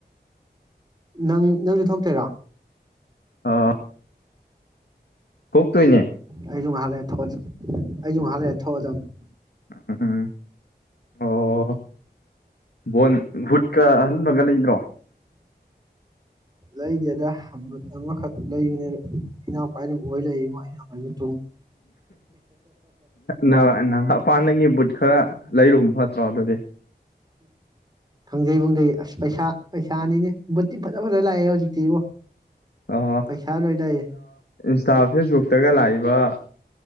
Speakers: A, on the right; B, on the left.
A: ꯅꯪ ꯅꯪꯁꯨ ꯊꯣꯛꯇꯣꯏꯔꯣ
B: ꯑꯥ ꯊꯣꯛ ꯇꯣꯏꯅꯦ
A: ꯑꯩꯁꯨ ꯉꯥꯏꯍꯛ ꯂꯩꯔ ꯊꯣꯛ ꯑꯩꯁꯨ ꯉꯥꯏꯍꯛ ꯊꯣꯛ ꯑꯗꯝꯅꯤ
B: ꯎꯝ ꯑꯣ ꯕꯣꯟ ꯕꯨꯠꯀ ꯑꯍꯟꯕꯒ ꯂꯩꯗ꯭ꯔꯣ
A: ꯂꯩꯗꯦꯗ ꯕꯨꯛ ꯑꯃꯈꯛ ꯂꯩꯩꯕꯅꯦ ꯏꯅꯥꯎ ꯫꯫ ꯅꯣꯏ ꯂꯩꯔꯤ ꯑꯩꯅ <unintelligible>
B: ꯅ ꯄꯥꯟ ꯅꯪꯒꯤ ꯕꯨꯠ ꯈꯔ ꯂꯩꯔꯨꯝꯕ ꯐꯠꯇ꯭ꯔꯣ ꯑꯗꯨꯗꯤ
A: ꯀꯥꯡꯖꯩꯕꯨꯡꯗꯩ ꯑꯁ ꯄꯩꯁꯥ ꯄꯩꯁꯥꯅꯤꯅꯦ ꯕꯨꯠꯇꯤ ꯐꯖ ꯐꯖ ꯂꯥꯛꯑꯦ ꯍꯧꯖꯤꯛꯇꯤꯕꯣ
B: ꯑꯣ
A: ꯄꯩꯁꯥ ꯂꯣꯏ ꯂꯩꯔꯦ
B: ꯏꯟꯁꯇꯥ ꯐꯦꯁꯕꯨꯛꯇꯒ ꯂꯥꯏꯕ ꯕꯥ